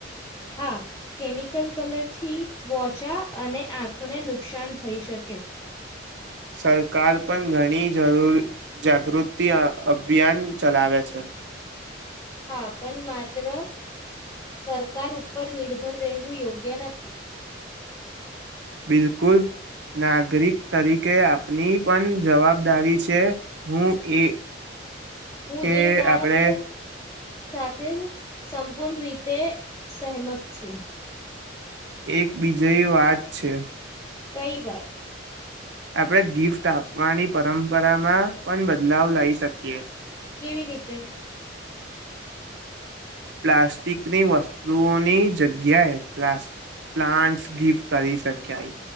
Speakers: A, on the left (about 15°); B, on the right (about 65°).
A: હા કેમિકલ કલર થી ત્વચા અને આંખોને નુકસાન થઈ શકે
B: સરકાર પણ ઘણી જરૂર જાગૃતિ અભિયાન ચલાવે છે
A: હા પણ માત્ર સરકાર ઉપર નિર્ભર રહેવું યોગ્ય નથી
B: બિલકુલ નાગરિક તરીકે આપની પણ જવાબદારી છે હું એ
A: હું
B: કે
A: એ વાત
B: આપણે
A: સાથે સંપૂર્ણ રીતે સેહમત છું.
B: એક બીજય વાત છે.
A: કઈ વાત
B: આપણે ગિફ્ટ આપવાની પરંપરામાં પણ બદલાવ લાવ શકીએ.
A: કેવી રીતે
B: પ્લાસ્ટિકની વસ્તુઓની જગ્યાએ પ્લાસ પ્લાન્ટ્સ ગિફ્ટ કરી શકાય